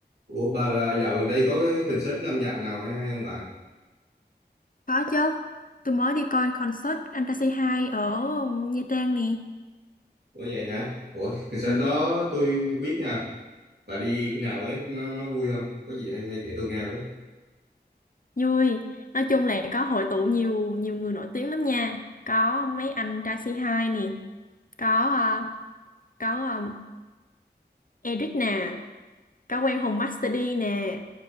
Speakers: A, on the right; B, on the left.
A: Ủa bà là dạo gần đây có cái concert âm nhạc nào hay hay không bà?
B: Có chứ. Tôi mới đi coi concert Fantasy hai ở Nha Trang nè.
A: Ủa vậy hả? Ủa concert
B: Ừ,
A: đó tôi không biết nha. Bà đi khi nào ấy? Nó nó vui không? Có gì hay hay kể tôi nghe với.
B: Vui. Nói chung là có hội tụ nhiều nhiều người nổi tiếng lắm nha. Có mấy anh Taxi hai nè, có ờ, có ờ, Eric nè, có Quang Hùng Master D nè,